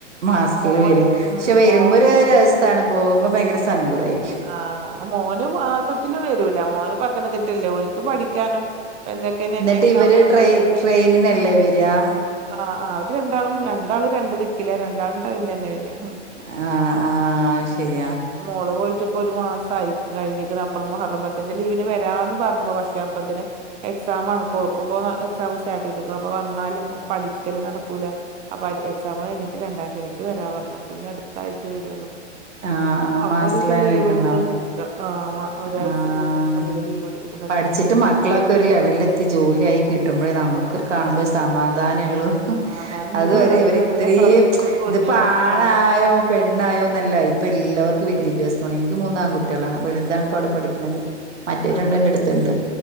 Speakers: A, on the right (about 75°); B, on the right (about 20°).
A: മാസതില്
B: മോൻ
A: വേരും
B: ഉം
A: വെരുമ്പോര്
B: മോന്
A: രസാണ് പോകുമ്പോ ഭയങ്കര സങ്കടയിരിക്കും.
B: ആഹ് മോന് മാസത്തിലു വെരൂല മോന് പത്തനംതിട്ടല്ലേ ഓര്ക്ക് പഠിക്കാനും എന്തൊക്കെ നെറ്റ്
A: എന്നിട്ട്
B: എക്സാം
A: ഇവര്
B: അത്
A: ട്രെയ്
B: ഇതൊക്കെ
A: ട്രെയിനിനല്ലേ വേരാ.
B: ആഹ് ആഹ് അത് രണ്ടാളും രണ്ടാളും രണ്ട് ദിക്കില്ല രണ്ടാളും ട്രെയിനെന്നെ വേരാ.
A: ആഹ് ആഹ് അഹ് ആയിശരി
B: മോള് പോയിറ്റ് ഇപ്പൊ ഒര് മാസായി കഴിഞ്ഞിക്ണ് അപ്പളും മുഹറം പത്തിന്റെ ലീവിന് വെരാന്ന് പറഞ്ഞു പക്ഷേ അപ്പത്തിന് എക്സാമാണ് ഇപോ ഒള്ക്ക്പ്പൊ എക്സാം സ്റ്റാർട്ട് ചെയ്തിക്കു അപ്പൊ വന്നാല് പഠിക്കല് നടക്കൂല. അപ്പൊ എക്സാമ് കഴിഞ്ഞിട്ട് രണ്ടാം ശനിക്ക് വരാ പറഞ്ഞ അപ്പൊ ഇനി അടുത്തഴ്ചേ വെരുള്ളു.
A: ആഹ് ആഹ്
B: അപ്പൊ
A: മാസത്തില
B: ഒരു രീസം ലീവ്
A: വരുന്നുണ്ടോ
B: എടുത്ത് ന്ക്കാ ആഹ് ഒരാഴ്ച
A: ആഹ്
B: ദിവസം അധികം ലീവ് എടുത്തിട്ട്
A: പഠിച്ചിട്ട്
B: ന
A: മക്കളൊക്കെ ഒരു ലെവലെത്തി ജോലിയായി കിട്ടുമ്പോഴേ
B: ഇൻഷാ
A: നമുക്കരു
B: അള്ളാ
A: കാണുമ്പോൾ
B: അതെ അതെ
A: സമാധാനെള്ളൂ.
B: സമാധാനള്ളൂ
A: അതുവരെ
B: അത്
A: ഇവര്
B: വരെ
A: ഇത്രേം
B: കൊറച്ച് ബുദ്ധിമുട്ടാണ്
A: ഇത് പാളാ രാ ആയോ പെണ്ണായോ നല്ല ഇപ്പൊ എല്ലാവർക്കും വിദ്യാഭ്യാസാണ് എനിക്ക് മൂന്നാംകു ട്ടിളാണ് അപ്പോ വല്ലതാണ്
B: ആ
A: അവിടെ പഠിക്കുന്നത് മറ്റേ
B: ആ
A: രണ്ട് എന്റെ എട്ത്ത്ണ്ട്